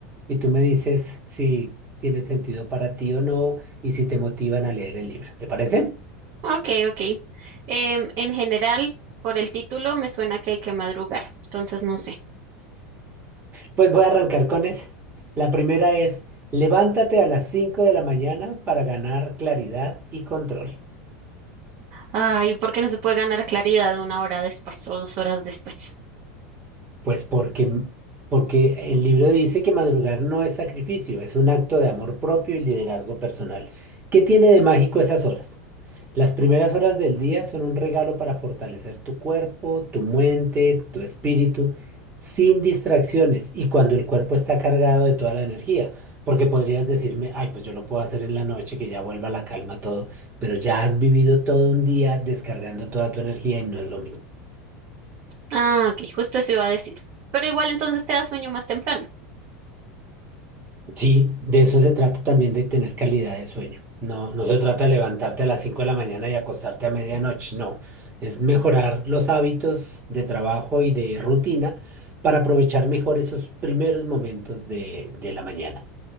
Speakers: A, on the right; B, on the right.
A: y tú me dices si tienen sentido para ti o no y si te motivan a leer el libro. ¿Te parece?
B: Ok, ok. Em, en general, por el título me suena que hay que madrugar, entonces no sé.
A: Pues voy a arrancar con ese. La primera es, levántate a las 5 de la mañana para ganar claridad y control.
B: Ay, ¿por qué no se puede ganar claridad una hora después o dos horas después?
A: Pues porque, porque el libro dice que madrugar no es sacrificio, es un acto de amor propio y liderazgo personal. ¿Qué tiene de mágico esas horas? Las primeras horas del día son un regalo para fortalecer tu cuerpo, tu mente, tu espíritu, sin distracciones y cuando el cuerpo está cargado de toda la energía. Porque podrías decirme, ay, pues yo lo puedo hacer en la noche, que ya vuelva la calma todo, pero ya has vivido todo un día descargando toda tu energía y no es lo mismo.
B: Ah, ok, justo eso iba a decir. Pero igual entonces te da sueño más temprano.
A: Sí, de eso se trata también de tener calidad de sueño. No, no se trata de levantarte a las 5 de la mañana y acostarte a medianoche, no. Es mejorar los hábitos de trabajo y de rutina para aprovechar mejor esos primeros momentos de, de la mañana.